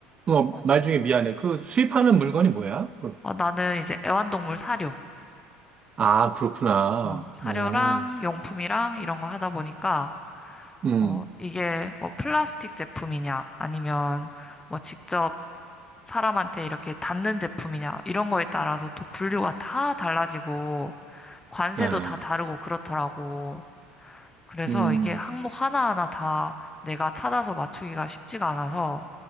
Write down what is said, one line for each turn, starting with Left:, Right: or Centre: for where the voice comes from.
Right: 뭐
Left: 어,
Right: 말 중에 미안해. 그 수입하는 물건이 뭐야? 그-
Left: 어, 나는 이제 애완동물 사료,
Right: 아, 그렇구나.
Left: 어, 사료랑
Right: 오,
Left: 용품이랑 이런 거 하다 보니까,
Right: 음,
Left: 어, 이게 뭐 플라스틱 제품이냐, 아니면 뭐 직접 사람한테 이렇게 닿는 제품이냐, 이런 거에 따라서 또 분류가 다 달라지고, 관세도
Right: 야,
Left: 다 다르고 그렇더라고. 그래서
Right: 음.
Left: 이게 항목 하나하나 다 내가 찾아서 맞추기가 쉽지가 않아서